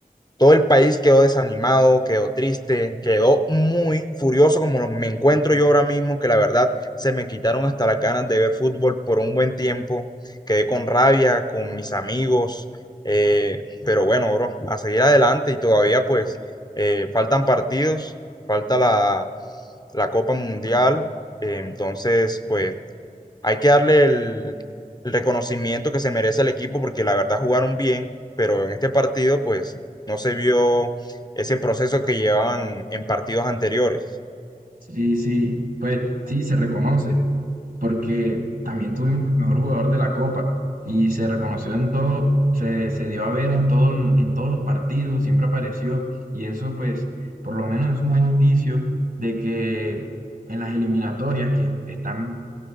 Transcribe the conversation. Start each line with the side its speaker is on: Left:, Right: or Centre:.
Left: todo el país quedó desanimado, quedó triste, quedó muy furioso como lo- me encuentro yo ahora mismo, que la verdad se me quitaron hasta las ganas de ver fútbol por un buen tiempo. Quedé con rabia, con mis amigos, eh, pero bueno, bro, a seguir adelante y todavía pues eh, faltan partidos, falta la, la Copa Mundial, eh, entonces pues hay que darle el, el reconocimiento que se merece al equipo porque la verdad jugaron bien, pero en este partido pues no se vio ese proceso que llevaban en partidos anteriores.
Right: Sí, sí, pues sí, se reconoce. porque también tuvimos el mejor jugador de la Copa y se reconoció en todo, se, se dio a ver en todo, el- en todos los partidos, siempre apareció y eso pues por lo menos es un buen indicio de que en las eliminatorias que están